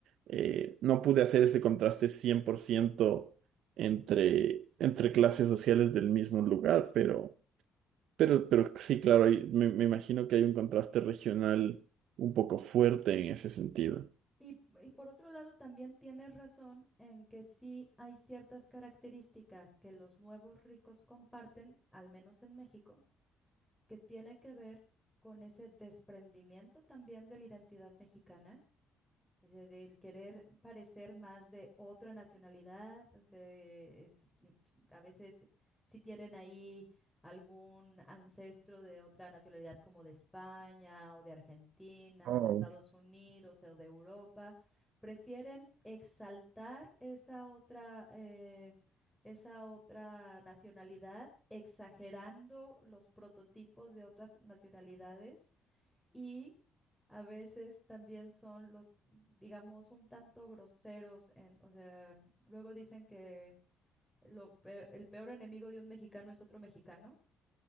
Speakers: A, on the right; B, in the centre.
A: Eh, no pude hacer ese contraste 100% entre, entre clases sociales del mismo lugar, pero... Pero, pero sí, claro, hay- me, me imagino que hay un contraste regional un poco fuerte en ese sentido.
B: Y, y por otro lado, también tienes razón en que sí hay ciertas características que los nuevos ricos comparten, al menos en México, que tiene que ver con ese desprendimiento también de la identidad mexicana O sea, del querer parecer más de otra nacionalidad, o sea, eh, si qui- a veces si tienen ahí algún ancestro de otra nacionalidad como de España o de Argentina
A: Oh,
B: o de Estados Unidos o de Europa, prefieren exaltar esa otra, eh, esa otra nacionalidad, exagerando los prototipos de otras nacionalidades y a veces también son los, digamos, un tanto groseros en, o sea, luego dicen que lo pe- el peor enemigo de un mexicano es otro mexicano,